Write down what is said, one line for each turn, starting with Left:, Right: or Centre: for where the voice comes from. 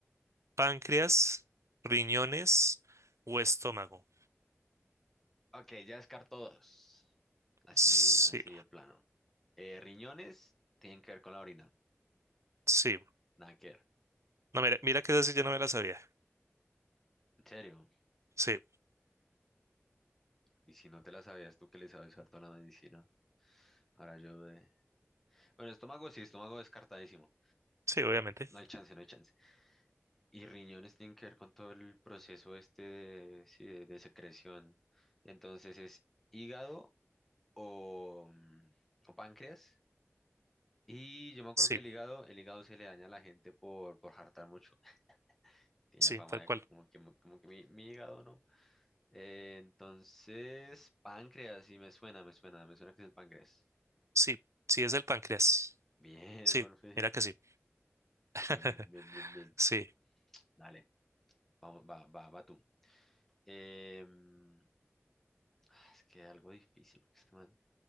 Right: páncreas, riñones o estómago?
Centre: ok, ya descarto dos. Así,
Right: Sí,
Centre: así de plano. Eh, riñones tienen que ver con la orina,
Right: sí.
Centre: nada que ver.
Right: No, mira, mira que esa sí yo no me la sabía.
Centre: En serio,
Right: Sí,
Centre: y si no te la sabías tú que le sabes harto a la medicina, ahora yo de... Bueno, estómago sí, estómago descartadísimo.
Right: sí, obviamente.
Centre: No hay chance, no hay chance. Y riñones tienen que ver con todo el proceso este de, sí, de de secreción. Entonces es hígado o, mm, o páncreas. Y yo me acuerdo
Right: Sí,
Centre: que el hígado, el hígado se le daña a la gente por, por hartar mucho. <laughs> Tiene
Right: sí,
Centre: fama
Right: tal
Centre: de
Right: cual.
Centre: como que, mu- como que mi, mi hígado, ¿no? Eh, entonces, páncreas, sí, me suena, me suena, me suena que es el páncreas.
Right: Sí, sí es el páncreas.
Centre: <laughs> Bien,
Right: Sí,
Centre: por fin.
Right: mira que sí. <laughs>
Centre: Bien, bien, bien, bien, bien.
Right: Sí.
Centre: Dale, vamos, va, va, va tú. Em, ah, es que algo difícil, porque este man,